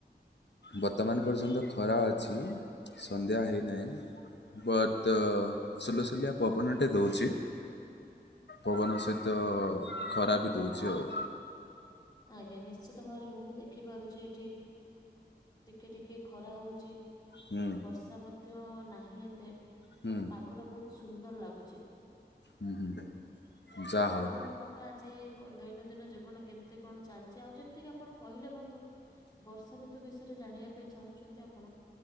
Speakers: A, on the left; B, on the left.
A: ବର୍ତ୍ତମାନ ପର୍ଯ୍ୟନ୍ତ ଖରା ଅଛି ସନ୍ଧ୍ୟା ହେଇନାହିଁ। ବଟ ସୁଲୁସୁଲିଆ ପବନଟେ ଦଉଛି। ପବନ
B: ଆଜ୍ଞା
A: ସହିତ ଖରା ବି ଦଉଛି ଆଉ।
B: ଆଜ୍ଞା ନିଶ୍ଚିତ ଭାବରେ ମୁଁ ବି ଦେଖି ପାରୁଛି ଏଠି ଟିକେ ଟିକେ ଖରା ହଉଛି
A: ହୁଁ।
B: ବର୍ଷା ମଧ୍ୟ ନାହିଁ ଏ ମତେ
A: ହୁଁ
B: ବଟ ପାଗ ଟା ବହୁତ ସୁନ୍ଦର ଲାଗୁଛି।
A: ହୁଁ ହୁଁ ଯାହା
B: ଆଉ
A: ହଉ
B: ଆପଣଙ୍କର ଆଜି କଣ ଦୈନନ୍ଦିନ ଜୀବନ କେମିତି କଣ ଚାଲିଛି ଆଉ ଯେମିତି କିି ଆପଣ କହିଲେ ବନ୍ଧୁ, ବର୍ଷା ଋତୁ ବି ଜାଣିବା ପାଇଁ ଚାହୁଁଛନ୍ତି ଆପଣ